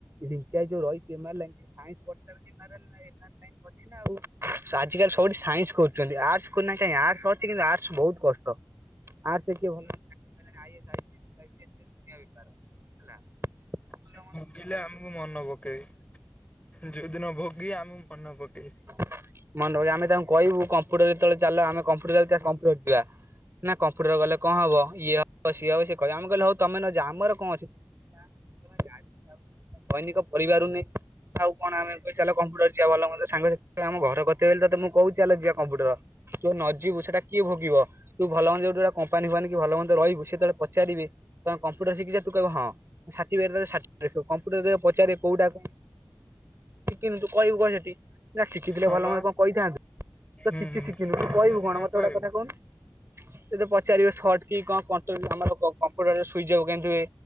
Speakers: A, on the right (about 35°); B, on the left (about 15°).
A: ଝିଙ୍କା ଭାଇ ଯୋଉ ରହିଚି ଏମା ଆଇ ଲାଇନ୍ସ ସେ ସାଇନ୍ସ ପଢିଥିଲା ବୋଲି ତାର ହେଲାନା <inaudible> ଛି ନା ଆଉ ସ- ଆଜିକାଲି ସବୁଠି ସାଇନ୍ସ କରୁଚନ୍ତି, ଆର୍ଟସ କରୁନା କାହିଁକି, ଆର୍ଟସ ଅଛି କିନ୍ତୁ ଆର୍ଟସ ବହୁତ କଷ୍ଟ। ଆର୍ଟସ କିଏ ଭଲ <inaudible> ଆଇଏସ୍ ଆଇପିଏସ୍ ସେ ଦୁନିଆ ବେପାର ହେଲା। ଭଲ
B: ସେ ଭୋଗିଲେ ଆମକୁ ମନେ ପକେଇବେ, ଯୋଉଦିନ ଭୋଗିବେ ଆମକୁ ମନେ ପକେଇବେ।
A: ମନେ ପକେଇବେ ଆମେ ତାଙ୍କୁ କହିବୁ କମ୍ପ୍ୟଟର ଯେତେବେଳେ ଚାଲ ଆମେ କମ୍ପୁଟର ଦରକାର କମ୍ପୁଟର <unintelligible> ନା କମ୍ପୁଟର କଲେ କଣ ହବ ଇଏ ହବ ସିଏ ହବ ସିଏ କହିବେ, ଆମେ କହିଲୁ ହଉ ତୋମେ ନ ଯା ଆମର କଣ ଅଛି। <inaudible> ଦୈନିକ ପରିବାରରୁ ନେଇଁ ଆଉ କଣ ଆମେ ଏବେ ଚାଲ କମ୍ପୁଟର ଯିବା ଭଲ ମନ୍ଦ ସାଙ୍ଗରେ ତୁ ଆମ ଘର କତିରେ ବେଲି ତୋତେ ମୁଁ କହୁଚି ଚାଲ ଯିବା କମ୍ପୁଟର ତୁ <inaudible> ନ ଯିବୁ ସେଟା କିଏ ଭୋଗିବ। ତୁ ଭଲ ମନ୍ଦ ଯୋଉଠି ଗୋଟେ କମ୍ପାନି ଫମ୍ପାନି କି ଭଲମନ୍ଦ ରହିବୁ ସେତେବେଳେ ପଚାରିବେ, ତୋମେ କମ୍ପ୍ୟୁଟର ଶିକିଚ ତୁ କହିବୁ ହଁ। ସାର୍ଟିପିକେଟ୍ ଦେବେ ସାର୍ଟିପିକେଟ୍ ଦେଖେଇବୁ, କମ୍ପ୍ୟୁଟର ଯଦି ପଚାରିବେ କୋଉଟା କଣ ଶିକିନୁ ତୁ କହିବୁ କଣ ସେଠି। ନା ଶିଖିଥିଲେ
B: ହଁ
A: ଭଲ
B: ବା
A: ମନ୍ଦ କଣ କହିଥାନ୍ତୁ,
B: ହୁଁ
A: ତ କିଛି ଶିଖିନୁ
B: ଶିଖେଇ
A: ତୁ କହିବୁ
B: ଦେଲେ ସିନା
A: କଣ, ମୋତେ
B: କହିବୁ
A: ଗୋଟେ କଥା କହୁନୁ। ତୋତେ ପଚାରିବେ ସଟ୍ କି କଣ କଣ୍ଟ୍ରୋଲ୍ ଆମର କ-କମ୍ପୁଟର ସୁଇଜ୍ ଅଫ୍ କେମିତି ହୁଏ।